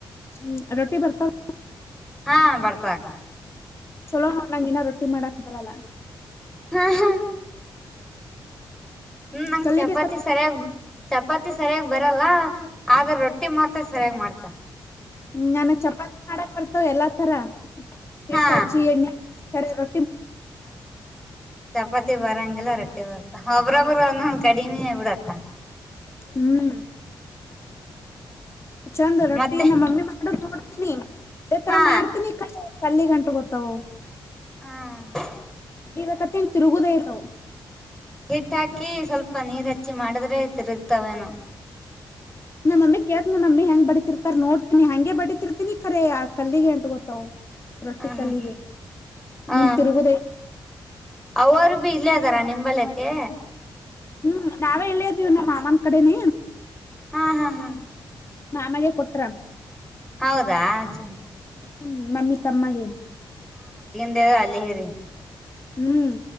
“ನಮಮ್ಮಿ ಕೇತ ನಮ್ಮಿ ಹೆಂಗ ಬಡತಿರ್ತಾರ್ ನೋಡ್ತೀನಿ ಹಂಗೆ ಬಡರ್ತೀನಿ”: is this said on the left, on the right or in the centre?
Left